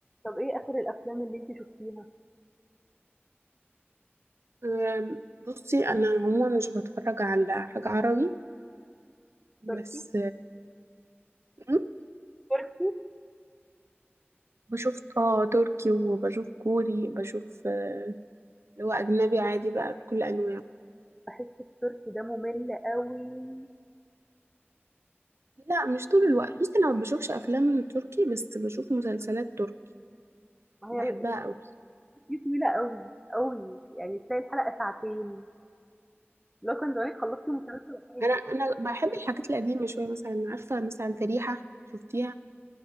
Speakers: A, in the centre; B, on the right (about 80°).
A: طب إيه آخر الأفلام اللي أنتِ شُفتيها؟
B: أم، بصي انا عموما مش بتفرج على حاجة عربي بس
A: تركي؟
B: أم،
A: تركي؟
B: بشوف اه تركي وبشوف كوري بشوف آه، اللي هو اجنبي عادي بقى بكل انواعه
A: باحس التركي ده مُمِل أوي
B: لا مش طول الوقت بصي انا ما بشوفش افلام تركي بس بشوف مسلسلات تركي
A: ما
B: بحبها
A: هي ال
B: قوي
A: دي طويلة أوي، أوي، يعني تلاقي الحلقة ساعتين، اللي هو كان زمانِك خلّصتِ مسلسل عربي
B: انا
A: أصلًا،
B: انا بحب الحاجات القديمة شوية مثلا عارفة مثلا فريحة شفتيها